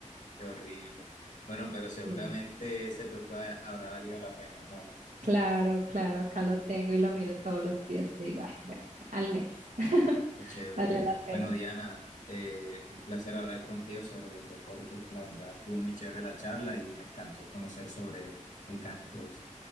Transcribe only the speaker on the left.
qué horrible. Bueno, pero seguramente
ese trofeo ha- habrá valido la pena, ¿no?
Qué chévere.
Bueno, Diana, eh, un placer hablar contigo sobre los deportes. La verdad, estuvo muy chévere la charla y me encantó conocer sobre el canicross